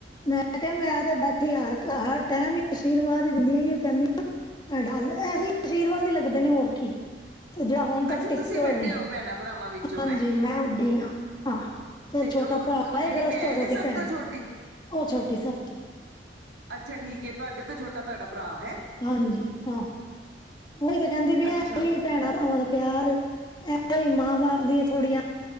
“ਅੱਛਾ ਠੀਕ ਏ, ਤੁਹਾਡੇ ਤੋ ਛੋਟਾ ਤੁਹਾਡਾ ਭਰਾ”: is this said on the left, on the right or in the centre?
Right